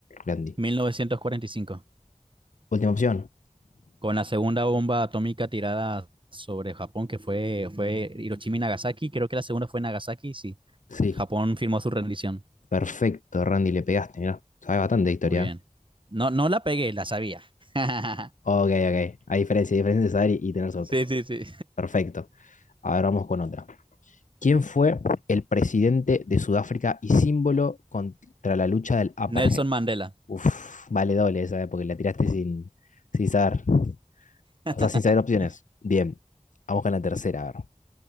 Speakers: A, on the left (about 70°); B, on the right (about 40°).
A: Randy.
B: 1945,
A: Última opción.
B: con la segunda bomba atómica tirada sobre Japón, que fue, fue Hiroshima y Nagasaki. Creo que la segunda fue Nagasaki, sí.
A: Sí,
B: Japón firmó su rendición.
A: perfecto, Randy, le pegaste, mirá. sabes bastante de historia.
B: Muy bien.
A: ¿eh?
B: No, no la pegué, la sabía. <laughs>
A: Ah, ok, ok. Hay diferencia, hay diferencia de saber y, y tener suerte.
B: Sí, sí, sí.
A: Perfecto. Ahora vamos con otra. ¿Quién fue el presidente de Sudáfrica y símbolo contra la lucha del apartheid?
B: Nelson Mandela.
A: Uf, vale doble esa, eh, porque la tiraste sin, sin saber,
B: <laughs>
A: o sea, sin saber opciones. Bien, vamos con la tercera, a ver.